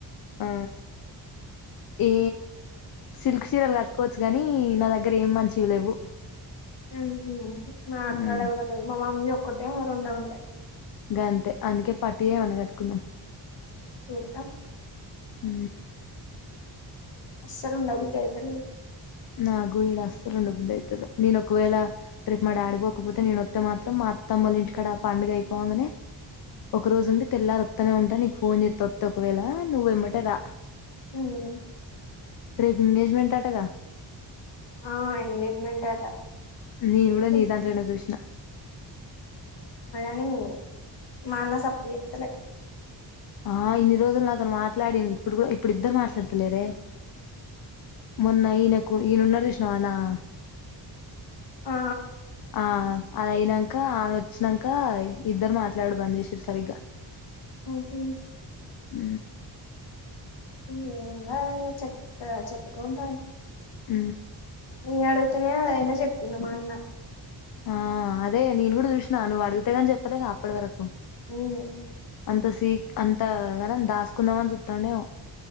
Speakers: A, on the left (about 55°); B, on the left (about 70°).
A: ఆ ఏ సిల్క్ చరల్ కట్ కోవచ్చు కాగాని నా దగ్గర ఏమి మంచివి లేవు
B: హ
A: హ్మ్
B: క్కడే ఉ మా మమ్మీ కొట్టే వరండావులే
A: ఇ గ అంతే అందుకే పట్టుయమన కట్టుకుందాం
B: చూద్దా
A: హ
B: అసలు ఉండబద్దియితే
A: నా గు ఇడ అస్తలుండబుద్దు అవుతుంది నేన ఒకవేళ ట్రిప్ మా ఆడిపోకపోతే నేనొస్తతే మాత్రం మా అత్తమ్మలు ఇంటికాడ ఆ పండుగ అయిపోవగానే ఒక రోజు ఉండి తెల్ల రత్తనే ఉంటాను ఫోన్ చే తొత్త ఒకవేళ నువ్వేమంటే రా
B: ఉమ్
A: రేపు ఎంగేజ్మెంట్ అటగా
B: ఆ ఎంగేజ్మెంట్ అట
A: నేను కూడా
B: పిలుస్తా
A: నీ దాంట్లోనా చూసిన
B: అ మానసప్పుడు ఎల
A: ఆ ఇన్ని రోజులు నాతో మాట్లాడి ఇప్పుడు కూడా ఇప్పుడు ఇద్దరు మాట్లాడుతలేరే మొన్న ఈయనకు ఈయన ఉన్నాడు చూసినావా అనా ఆ
B: ఆ
A: ఆ అలా అయినాక ఆమె వచ్చాక ఇద్దరు మాట్లాడు పనిచసారు సరిగ్గా
B: ఆహ
A: అ
B: ంకా ఇ చెప్ చెప్పకుండా
A: ఆ
B: ఇడు అనే అదైనా చెప్పిండడు మా అన్న
A: ఆ అదే నేను కూడా చూసినా నువ్వు అడిగితేగాని చెప్పలేక అప్పటి వరకు
B: మ్మ్
A: అంత స అంత క దాస్ కున్న వన్ చుతండ